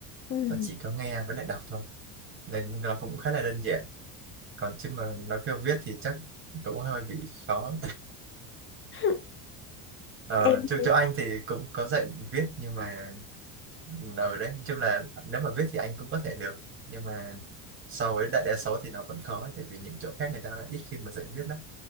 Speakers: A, on the left; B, on the right.
A: Ừ.
B: nó chỉ có nghe với lại đọc thôi nên nó cũng khá là đơn giản còn chứ mà nó kêu viết thì chắc cũng hơi bị khó
A: <laughs>
B: ờ,
A: Em
B: chứ chỗ anh thì cũng có dạy viết nhưng mà ở đấy chung là nếu mà viết thì anh cũng có thể được nhưng mà so với đại đa số thì nó vẫn khó ấy, tại vì những chỗ khác người ta ít khi mà dạy viết lắm